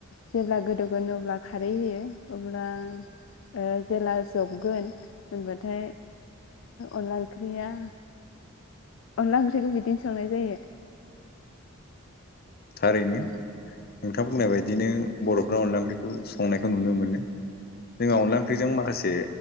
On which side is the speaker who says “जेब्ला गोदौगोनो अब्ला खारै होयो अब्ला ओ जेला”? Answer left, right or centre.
Left